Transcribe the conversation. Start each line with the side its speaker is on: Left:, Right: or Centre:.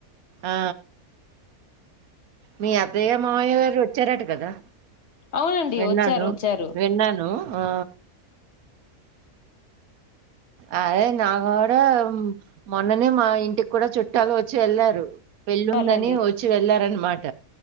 Right: ఆ మీ అత్తయ్య మామయ్య గారు వచ్చారట కదా
Left: అవునండి
Right: విన్నాను
Left: వచ్చారు వచ్చారు
Right: విన్నాను ఆ అదే నా కూడా మొన్ననే మా ఇంటికి కూడా చుట్టాలు వచ్చి వెళ్ళారు పెళ్ళుందని
Left: వాళ్ళండి
Right: వచ్చి వెళ్ళారన్నమా మాట